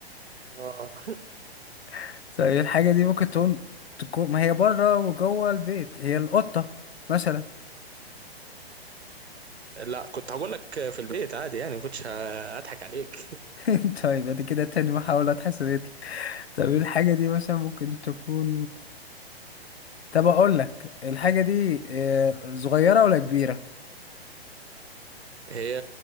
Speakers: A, on the right; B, on the left.
A: اه
B: <laughs> طيب الحاجة دي ممكن تكون تكون ما هي بره وجوه البيت هي القطة مثلا
A: <laughs> لا كنت هقول لك في البيت عادي يعني ما كنتش ه- هضحك عليك
B: <laughs> طيب ادي كده تاني محاولة اتحسبت لي طب إيه الحاجة دي مثلا ممكن تكون طب اقول لك الحاجة دي آه، صغيرة ولا كبيرة
A: هي